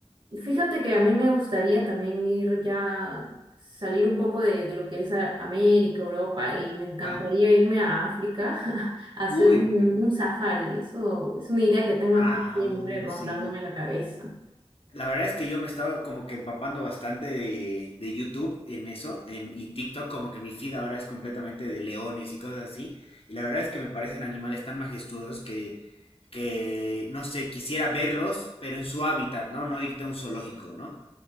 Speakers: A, on the right; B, on the left.
A: Fíjate que a mí me gustaría también ir ya, salir un poco de, de lo que es a- América, Europa, y me encantaría
B: Ah,
A: irme a África <laughs> a hacer
B: uy,
A: un,
B: pero-
A: un safari. Eso es una idea que tengo aquí
B: ah,
A: siempre
B: uh,
A: rondándome
B: sí.
A: la cabeza.
B: La verdad es que yo me estaba como que empapando bastante de, de YouTube en eso, en, y TikTok, como que mi feed ahora es completamente de leones y cosas así. Y la verdad es que me parecen animales tan majestuosos que, que, no sé, quisiera verlos, pero en su hábitat, ¿no? No irte a un zoológico, ¿no?